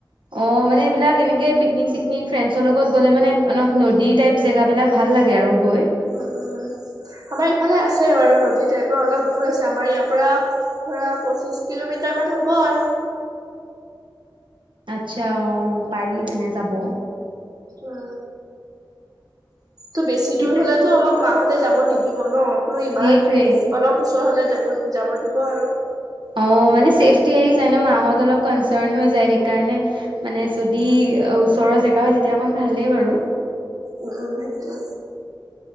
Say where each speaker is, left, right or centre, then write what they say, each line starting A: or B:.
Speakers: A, on the right; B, on the right.
A: অ মানে এইবিলাক এনেকে পিকনিক চিকনিক ফ্ৰেণ্ডছৰ লগত গ'লে মানে অলপ নদীৰ টাইপ জেগাব বিলাক ভাল ভাল লাগে আৰু গৈ
B: উম উম আমাৰ ইফালে আছে বাৰু নদী টাইপৰ অলপ দূৰ আছে আমাৰ ইয়াৰ পৰা ধৰা পঁচিশ কিলোমিটাৰ মান হ'ব আৰু
A: আচ্ছা অ পাৰি তেনে যাব
B: উ তো বেছি
A: কিন্তু
B: দূৰ হলেতো আমাক মাহত ততে যাব নিদিব ন তোৰ ইমানচ
A: সেইটোৱে
B: অলপ ওচৰ হলে যাব যাব দিব আৰু
A: অ মানে চেফটি আহি যায় ন মাহত অলপ কনচাৰ্ণ হৈ যায় সেইকাৰণে মানে যদি
B: উম
A: ওচৰৰ জেগা হয় তেতিয়া অকন ভালেই বাৰু
B: উম উম সেইটোে